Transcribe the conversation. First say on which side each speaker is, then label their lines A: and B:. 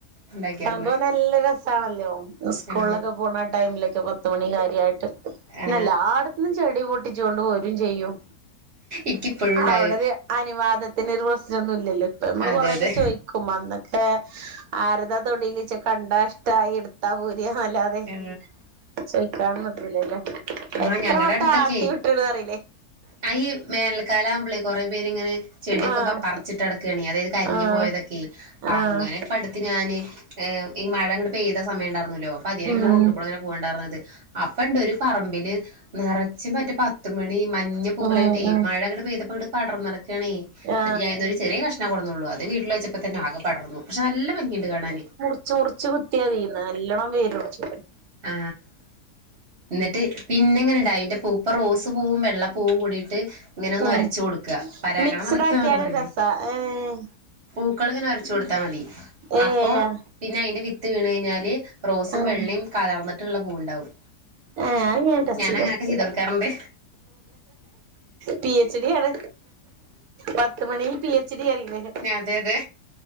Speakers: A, on the right; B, on the right.
A: ഉണ്ടാക്കിയാർന്ന്
B: സംഭവം നല്ല രസാണല്ലോ സ്കൂളിലൊക്കെ
A: ആ
B: പോണ ടൈമിലൊക്കെ പത്തുമണി കാര്യായിട്ട്.
A: ആ
B: ന്നെല്ലാട്ത്ത്ന്നും ചെടി പൊട്ടിച്ചോണ്ട് പോരും ചെയ്യും.
A: ഇക്കിപ്പോഴും ഉണ്ടാത്
B: അവടൊരു അനുവാദത്തിന് ഒരു പ്രശ് നൊന്നുല്ലല്ലോ ഇപ്പൊ നമ്മള്
A: അതെ
B: കൊറേക്കെ
A: അതെ
B: ചോയ്ക്കും അന്നൊക്കെ ആരതാ തൊടീല് ച്ച കണ്ടാ ഷ്ടായിട് ട്ടാ പോരാ ന്നല്ലാതെ
A: ആ
B: ചോയിക്കാനൊന്നും നിക്കൂലല്ലോ
A: ആ
B: എത്ര
A: ഞങ്ങടെ
B: വട്ട
A: അടുത്തൊക്കെ
B: ആട്ടി വ്ട്ട്ണ് അറീലെ.
A: ആ ഈ വേനൽക്കാല ആവുമ്പളേ കുറെ പേര് ഇങ്ങനെ ചെടിയൊക്കെ
B: ആഹ്
A: പറിച്ചിട്ടട്ക്കാണെ അതായത് കരിഞ്ഞു
B: ആഹ്
A: പോയതൊക്കെ. പ്പൊങ്ങനെ.
B: ആഹ്
A: ഇപ്പട്ത്ത് ഞാന് ഏ ഈ മഴങ്ങട് പെയ്ത സമയണ്ടാർന്നല്ലോ അപ്പൊ അതേനെങ്ങനെ
B: ഉം
A: റോട്ട് ക്കൂടെ ങ്ങനെ പോയിണ്ടാർന്നത് അപ്പണ്ട് ഒരു പറമ്പില് നിറ ച്ച് മറ്റേ പത്ത് മണി മഞ്ഞ പൂക്കളായിട്ടേ
B: ഉം ഉം
A: മഴ ഇങ്ങട്ട് പെയ്തപ്പോ പടർന്ന് കട്ക്കാണേ.
B: ആ
A: ചെറിയ കഷ്ണം കൊട്ന്നുള്ളൂ അത് വീട്ടിൽ വെച്ചപ്പോ തെന്നെ ആകെ പടർന്നു പക്ഷെ നല്ല ഭംഗിണ്ട് കാണാന്.
B: ച്ച് മുർച്ച് കുത്യാതി നല്ലൊണം വേര് പുടിച്ചും
A: ആ ന്ന്ട്ട് പിന്നെ ങ്ങനെണ്ടായിട്ട് ഇപ്പ റോസ് പൂവും വെള്ളപ്പൂവും കൂടിട്ട്. ഇങ്ങനൊന്ന്
B: ഉം
A: ഒരച്ചു കൊട് ക്ക പരാഗണം
B: മിക്സ്ഡ്
A: നടത്ത
B: ആക്കിയാല്
A: ന്നൊക്കെ പറീലെ.
B: രസാ ഏഹ്
A: പൂക്കള് ങ്ങനെ ഒരച്ച് കൊടുത്താ മതി
B: ഏഹ്
A: അപ്പോ പിന്നെ അയിന്റെ വി ത്ത് വീണ് കഴിഞ്ഞാല് റോസും
B: ആഹ്
A: വെള്ളേം കലർന്നിട്ടുള്ള പൂവുണ്ടാവും.
B: ആഹ് അത് ഞാൻ ടച്ച്
A: ഞാനങ്ങനൊക്കെ
B: നോക്കിട്ടില്ല
A: ചെയ്ത് കൊട്ക്കാർണ്ട്
B: പി എച്ച് ഡി ആണ് പത്ത് മണി പിഎച്ച് ഡി അറീലെ.
A: നതെ അതെ